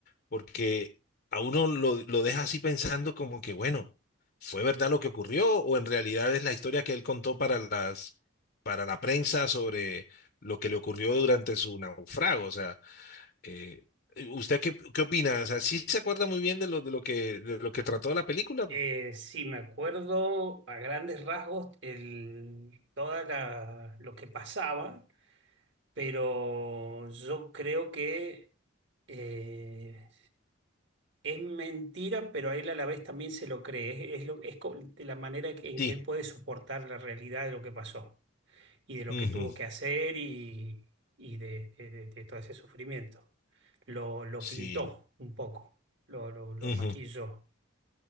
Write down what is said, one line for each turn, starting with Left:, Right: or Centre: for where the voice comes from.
Left: Porque a uno lo, lo deja así pensando como que, bueno, ¿fue verdad lo que ocurrió o en realidad es la historia que él contó para las, para la prensa sobre lo que le ocurrió durante su naufrago? O sea, eh, ¿usted qué, qué opina? O sea, ¿sí se acuerda muy bien de lo, de lo que, de lo que trató la película?
Right: Eh, sí, me acuerdo a grandes rasgos el, toda la- lo que pasaba pero yo creo que eh, es mentira, pero a él a la vez también se lo cree. Es, es lo, es co- de la manera que- en
Left: Sí.
Right: que él puede soportar la realidad de lo que pasó y de lo
Left: Ujú,
Right: que tuvo que hacer y, y de, de- de- de todo ese sufrimiento. Lo, lo
Left: Sí.
Right: pintó un poco, lo, lo, lo
Left: ujú.
Right: maquilló,